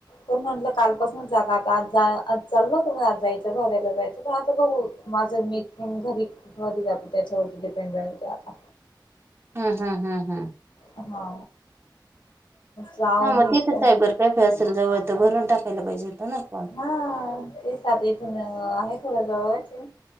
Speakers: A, on the left (about 80°); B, on the right (about 30°).
A: पण म्हटलं कालपासून आता आज जा आज चाल का म आज जायचं भरायला जायचं पण आता बघू माझं मिच घरी मी जाते त्याच्यावरती डिपेंड राहते आता.
B: हम् हम हम् हं!
A: हा! जाऊन
B: हा मग
A: हे
B: तिथं
A: पण
B: सायबर कॅफे असेल जवळं भरून टाकायला पाहिजे हों ना!
A: हा ते सात इथून आहे खरं जवळचे